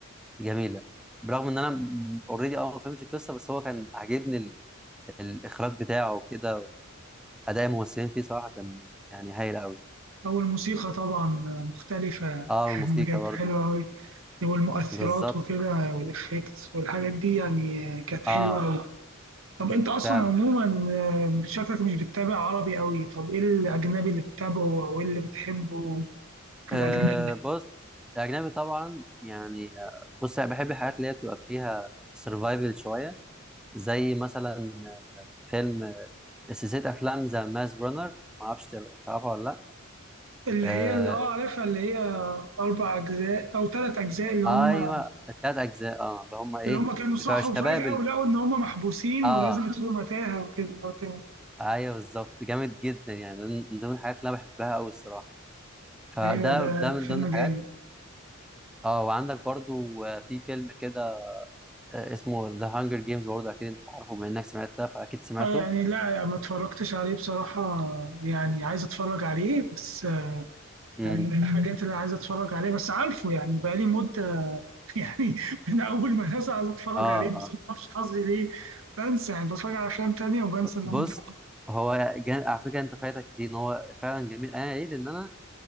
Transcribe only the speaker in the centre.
جميله برغم ان انا اوريدي اه ما فهمتش القصه بس هو كان عاجبني ال... الاخراج بتاعه وكده واداء الممثلين فيه صراحه كان يعني هايل قوي
اه
والموسيقى
برضو
بالظبط
اه
فعلا
آه
بص اجنبي طبعا يعني آه، بص انا بحب الحاجات اللي هي بتبقى فيها سرفايفل شويه زي مثلا آه، فيلم آه، سلسله افلام ذا ماز رانر ما اعرفش تعرفها ولا لا
آه
ايوه التلات اجزاء اه اللي هم ايه
بتوع
الشباب
اه
ايوه بالظبط جامد جدا يعني ده من ضمن الحاجات اللي انا بحبها قوي الصراحه فده
ده من
ضمن الحاجات
اه وعندك برضو آه، في فيلم كده آه، اسمه ذا هانجر جيمز برضو اكيد انت عارفه بما انك سمعت ده فاكيد سمعته
امم
اه
اه
بص
هو جا... على فكره انت فايتك كتير ان هو فعلا جميل انا عيد ان انا